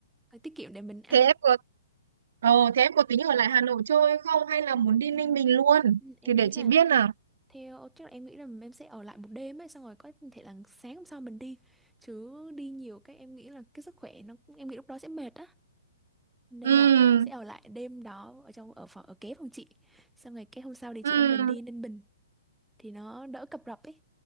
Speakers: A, in the centre; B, on the right.
A: phải tiết kiệm để mình ăn
B: thế em có Ờ, thế em có tính ở lại Hà Nội chơi không hay là
A: Ừm,
B: muốn đi Ninh Bình luôn?
A: ừm, em
B: Thì để
A: nghĩ là
B: chị biết nào.
A: theo chắc là em nghĩ là em sẽ ở lại một đêm ấy xong rồi có thể là sáng hôm sau mình đi chứ đi nhiều cái em nghĩ là cái sức khỏe nó cũng- em nghĩ lúc đó sẽ mệt á nên
B: Ừ,
A: là sẽ ở lại đêm đó ở trong ở phòng ở kế phòng chị xong rồi cái hôm sau thì chị
B: ừ,
A: em mình đi Ninh Bình thì nó đỡ cập rập ấy